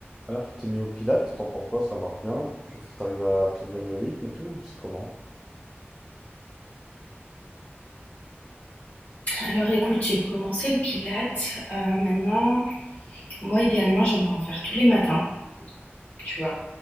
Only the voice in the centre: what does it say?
Alors, tu t'es mis au Pilates, t'en penses quoi? Ça marche bien? Tu fais- t'arrives à tenir le rythme et tout? C'est comment?